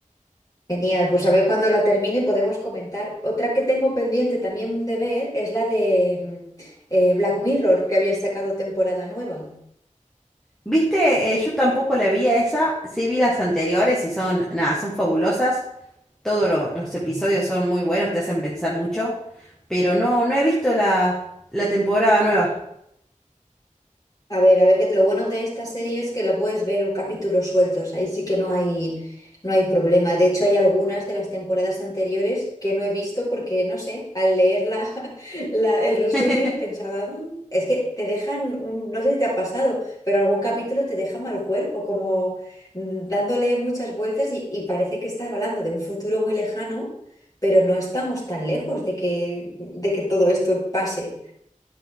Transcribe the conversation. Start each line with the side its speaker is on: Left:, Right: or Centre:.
Left: Genial, pues a ver cuando la termine podemos comentar. Otra que tengo pendiente también de ver es la de mm, eh, Black Mirror, que había sacado temporada nueva.
Centre: Viste, Eh, yo tampoco la vi a esa, sí vi las anteriores y son, nada, son fabulosas. Todos lo- los episodios son muy buenos, te hacen pensar mucho, pero no, no he visto la, la temporada nueva.
Left: A ver, a ver, que lo bueno de esta serie es que la puedes ver en capítulos sueltos, ahí sí que no hay, no hay problema. De hecho, hay algunas de las temporadas anteriores que no he visto porque, no sé, al leer la, <laughs> la- el resumen
Centre: <laughs>
Left: pensaba, "Mm", es que te dejan, un- no sé si te ha pasado, pero algún capítulo te deja mal cuerpo, como mm, dándole muchas vueltas y, y parece que está hablando de un futuro muy lejano, pero no estamos tan lejos de que, de que todo esto pase.